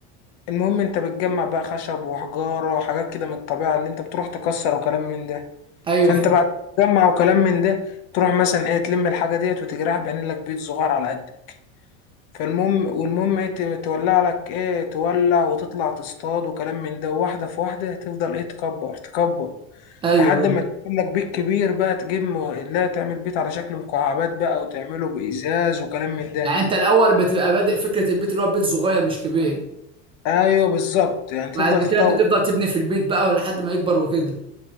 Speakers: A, on the left; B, on the right.
A: المهم انت بتجمع بقى خشب وحجارة وحاجات كده من الطبيعة اللي انت بتروح تكسر وكلام من ده
B: ايوه
A: فانت
B: فاهم
A: بعد ما تجمع وكلام من ده تروح مثلا ايه تلم الحاجه ديت وتجرح بعمل لك بيت صغير على قدك فالمهم والمهم ايه ت- تولع لك ايه تولع وتطلع تصطاد وكلام من ده واحده في واحده تفضل ايه تكبر تكبر
B: ايوه
A: لحد
B: ايوه
A: ما تعمل لك بيت كبير بقى تجيب مو- لا تعمل بيت على شكل مكعبات بقى وتعمله بإزاز وكلام من ده
B: يعني انت الاول بتبقى بادئ فكره البيت اللي هو بيت صغير مش كبير
A: ايوه بالظبط يعني تفضل
B: بعد كده
A: تطور
B: انت تفضل تبني في البيت بقى لحد ما يكبر وكده